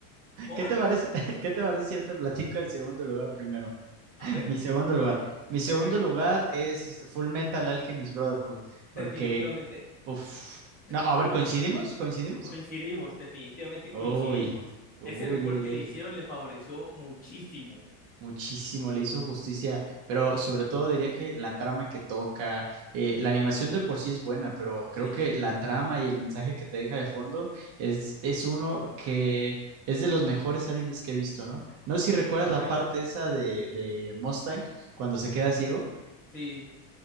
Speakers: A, on the left (about 15°); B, on the right (about 35°).
A: con.
B: ¿Qué te parece, <laughs> qué te parece si yo te platico el segundo lugar primero?
A: A ver,
B: Mi segundo lugar. Mi segundo
A: perfecto.
B: lugar
A: a ver,
B: es este Full Metal Alchemist Brotherhood,
A: Definitivamente.
B: porque, uf. no, a
A: Uh,
B: ver, ¿coincidimos? ¿Coincidimos?
A: coincidimos, definitivamente
B: Uy,
A: coincidimos.
B: uy,
A: Ese rework
B: uy,
A: que le
B: uy,
A: hicieron le favoreció muchísimo.
B: muchísimo, le hizo justicia, pero sobre todo diría que la trama que toca, eh, la animación de por sí es buena, pero
A: Sí,
B: creo que la trama y el mensaje que te deja de fondo es, es uno que es de los mejores animes que he visto, ¿no? No sé
A: sí,
B: si recuerdas
A: hasta la
B: la
A: fecha.
B: parte esa de, de Mustang cuando se queda ciego.
A: Sí.